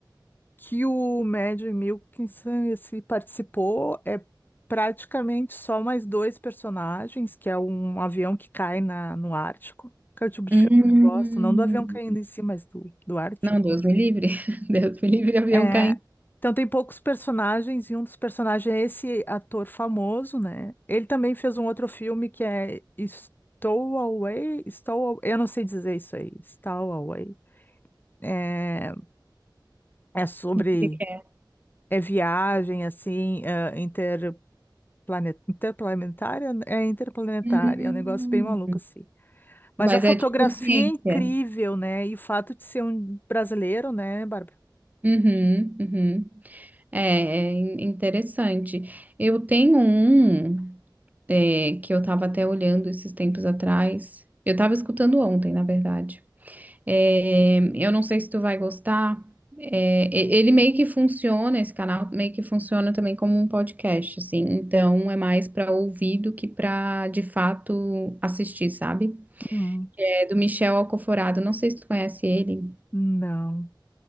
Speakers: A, on the left; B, on the right.
A: que o Mad Mikkelsen esse, participou. É praticamente só mais dois personagens, que é um avião que cai na, no Ártico, que é o tipo de
B: Hum,
A: filme que eu gosto, não do avião caindo em si, mas do, do Ártico.
B: não, Deus me livre. <laughs> Deus me livre, avião
A: É,
B: caindo.
A: então tem poucos personagens e um dos personagens é esse ator famoso, né? Ele também fez um outro filme que é Stowaway, Stow, eu não sei dizer isso aí, Stowaway. É, é sobre
B: O que que é?
A: é viagem assim, é, interplane- interplanetária, é interplanetária,
B: Hum,
A: é um negócio bem maluco assim. Mas
B: mas
A: a fotografia
B: é tipo ciência.
A: é incrível, né? E o fato de ser um brasileiro, né, Bárbara?
B: Uhum, uhum. É, é in- interessante. Eu tenho um é, que eu estava até olhando esses tempos atrás. Eu estava escutando ontem, na verdade. É, eu não sei se tu vai gostar. É, e- ele meio que funciona, esse canal meio que funciona também como um podcast, assim. Então é mais para ouvir do que para de fato assistir, sabe?
A: Hum,
B: É do Michel Alcoforado. Não sei se tu conhece ele.
A: não.